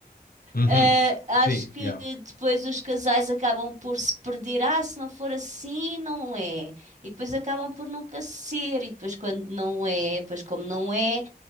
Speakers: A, on the left; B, on the right.
A: Uhum.
B: Eh, acho
A: Sim,
B: que
A: já.
B: depois os casais acabam por se perder. Ah, se não for assim, não é. E depois acabam por nunca ser. E depois, quando não é, depois, como não é,